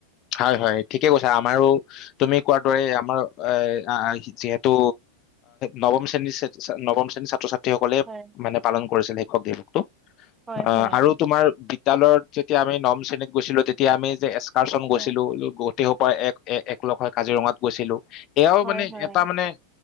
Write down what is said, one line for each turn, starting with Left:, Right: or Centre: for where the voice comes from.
Left: হয় হয় ঠিকে কৈছো আমাৰো তুমি কোৱাৰ দৰে আমাৰ এ যিহেতু নৱম শ্ৰেণীৰ নৱম শ্ৰেণীৰ ছাত্ৰ ছাত সকলে
Right: হয়
Left: মানে পালন- কৰিছিল শিক্ষক দিৱক
Right: হয়
Left: অ
Right: হয়
Left: আৰু তোমাৰ লত যেতিয়া আমি নম শ্ৰেণীত গৈছিলোঁ তেতিয়া আমি যে এছ তাৰচন
Right: হয়
Left: গৈছে। গোটেই স পৰা এক এককলখ কাজিৰঙাত গৈছিলো। এয়াও
Right: হয়
Left: মানে
Right: হয় হয়।
Left: এটা মানে